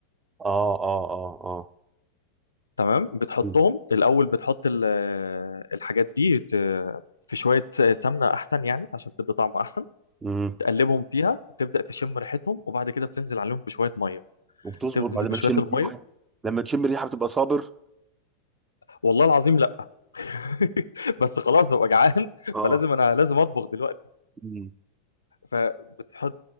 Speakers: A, on the right; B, on the left.
A: اه اه اه اه
B: تمام بتحطهم
A: مم.
B: الاول بتحط ال... آه، الحاجات دي ت... في شويه س- سمنه احسن يعني عشان تدي طعم احسن
A: مم.
B: تقلبهم فيها تبدا تشم ريحتهم وبعد كده بتنزل عليهم بشويه ميه
A: وبتصبر
B: تبدا
A: بعد ما
B: بشويه
A: تشم
B: الميه
A: ريحه لما تشم ريحه بتبقى صابر
B: والله العظيم لا <laughs> بس خلاص ببقى جعان
A: اه
B: فلازم انا لازم اطبخ دلوقتي
A: مم.
B: فبتحط